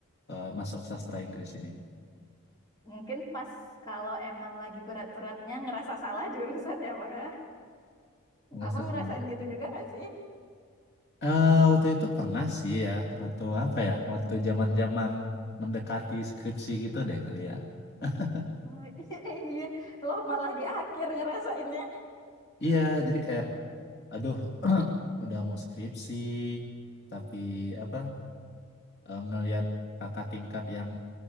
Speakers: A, on the left; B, on the left.
A: eh, masuk sastra Inggris ini?
B: Mungkin pas kalau emang lagi berat-beratnya ngerasa salah jurusan ya, Bang ya.
A: Nggak
B: Abang
A: salah.
B: ngerasain gitu juga nggak sih?
A: Eh, waktu itu pernah sih ya, waktu apa ya? Waktu zaman-zaman mendekati skripsi gitu deh kali ya. <laughs>
B: Oh, <laughs> iya, iya. Loh malah di akhir ngerasainnya.
A: Iya, jadi kayak, aduh, <clears throat> udah mau skripsi, tapi apa? eh, ngelihat kakak tingkat yang